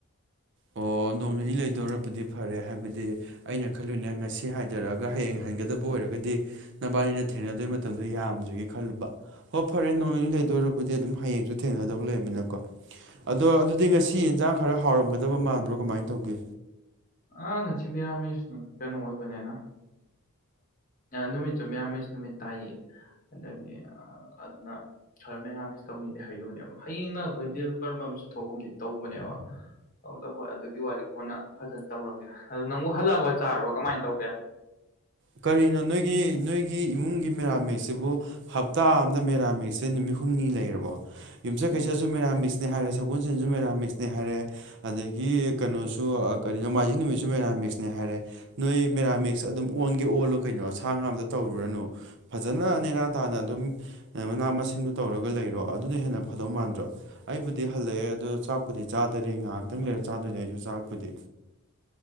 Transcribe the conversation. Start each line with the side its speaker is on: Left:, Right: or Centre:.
Right: ꯑꯣ ꯅꯣꯡ ꯅꯤꯅꯤ ꯂꯩꯗꯣꯏ ꯑꯣꯏꯔꯕꯨꯗꯤ ꯐꯔꯦ ꯍꯥꯏꯕꯗꯤ ꯑꯩꯅ ꯈꯜꯂꯨꯏꯅ ꯉꯁꯤ ꯍꯥꯏꯊꯔꯛꯑꯒ ꯍꯌꯦꯡ ꯍꯟꯒꯗꯕ ꯑꯣꯏꯔꯒꯗꯤ ꯅꯕꯥꯅꯤꯅ ꯊꯦꯡꯅꯗꯣꯏ ꯃꯇꯝꯗꯣ ꯌꯥꯝꯗ꯭ꯔꯦꯒꯤ ꯈꯜꯂꯨꯕ ꯍꯣꯏ ꯐꯔꯦ ꯅꯣꯡ ꯅꯤꯅꯤ ꯂꯩꯗꯣꯏ ꯑꯣꯏꯔꯕꯨꯗꯤ ꯑꯗꯨꯝ ꯍꯌꯦꯡꯁꯨ ꯊꯦꯡꯅꯗꯧ ꯂꯩꯔꯕꯅꯤꯅꯀꯣ ꯑꯗꯣ ꯑꯗꯨꯗꯤ ꯉꯁꯤ ꯏꯟꯖꯥꯡ ꯈꯔ ꯍꯥꯎꯔꯝꯒꯗꯕ ꯃꯥꯟꯕ꯭ꯔꯣ ꯀꯃꯥꯏꯅ ꯇꯧꯒꯦ
Left: ꯑ ꯉꯁꯤ ꯃꯦꯔꯥꯃꯦꯁꯅꯤ ꯀꯩꯅꯣ ꯑꯣꯏꯕꯅꯤꯅ ꯅꯨꯃꯤꯠꯇꯨ ꯃꯦꯔꯥꯃꯦꯁ ꯅꯨꯃꯤꯠ ꯇꯥꯏꯌꯦ ꯑꯗꯒꯤ ꯑꯗꯨꯅ ꯃꯦꯔꯥꯃꯤꯁ ꯇꯧꯅꯤꯗꯤ ꯍꯥꯏꯅꯕꯅꯦꯕ ꯍꯌꯦꯡꯅ ꯑꯩꯈꯣꯏ ꯗꯦꯕ ꯀꯔꯃ ꯑꯃꯁꯨ ꯊꯣꯛꯄꯒꯨꯝꯗꯤ ꯇꯧꯕꯅꯦꯕ ꯑꯗꯨꯗ ꯍꯣꯏ ꯑꯗꯨꯒꯤ ꯋꯥꯔꯤ ꯀꯣꯟꯅ ꯐꯖꯅ ꯇꯧꯔꯒꯦ ꯑꯗꯨꯗꯣ ꯅꯪꯕꯨ ꯍꯜꯂꯛꯑꯕ ꯆꯥꯔꯕ ꯀꯃꯥꯏꯅ ꯇꯧꯒꯦ
Right: ꯀꯔꯤꯅꯣ ꯅꯣꯏꯒꯤ ꯅꯣꯏꯒꯤ ꯏꯃꯨꯡꯒꯤ ꯃꯦꯔꯥꯃꯦꯁ ꯁꯤꯕꯨ ꯍꯞꯇꯥ ꯑꯃꯗ ꯃꯦꯔꯥꯃꯤꯁꯁꯦ ꯅꯨꯃꯤꯠ ꯍꯨꯝꯅꯤ ꯂꯩꯔꯕꯣ ꯌꯨꯝꯁꯀꯩꯁ ꯁꯨ ꯃꯦꯔꯥꯃꯤꯁꯅꯦ ꯍꯥꯏꯔꯦ ꯁꯒꯣꯜꯁꯦꯟꯁꯨ ꯃꯦꯔꯥꯃꯤꯁꯅꯦ ꯍꯥꯏꯔꯦ ꯑꯗꯒꯤ ꯀꯩꯅꯣꯁꯨ ꯀꯔꯤ ꯅꯣꯡꯃꯥꯏꯖꯤꯡ ꯅꯨꯃꯤꯠꯁꯨ ꯃꯦꯔꯥꯃꯦꯁꯅꯦ ꯍꯥꯏꯔꯦ ꯅꯣꯏ ꯃꯦꯔꯥꯃꯤꯁ ꯑꯗꯨꯝ ꯑꯣꯟꯒꯦ ꯑꯣꯜꯂꯣ ꯀꯩꯅꯣ ꯁꯥ ꯉꯥ ꯑꯃꯗ ꯇꯧꯔꯨꯔꯅꯨ ꯐꯖꯅ ꯅꯦꯅꯥ ꯇꯥꯅ ꯑꯗꯨꯝ ꯃꯅꯥ ꯃꯁꯤꯡꯗꯨ ꯇꯧꯔꯒ ꯂꯩꯔꯣ ꯑꯗꯨꯅ ꯍꯦꯟꯅ ꯐꯗꯧ ꯃꯥꯟꯗ꯭ꯔꯣ ꯑꯩꯕꯨꯗꯤ ꯍꯜꯂꯛꯑꯦ ꯑꯗꯨ ꯆꯥꯛꯄꯨꯗꯤ ꯆꯥꯗꯔꯤ ꯉꯥꯏꯍꯥꯛꯇꯪ ꯂꯩꯔ ꯆꯥꯗꯣꯏꯅꯦ ꯑꯩꯁꯨ ꯆꯥꯛꯄꯨꯗꯤ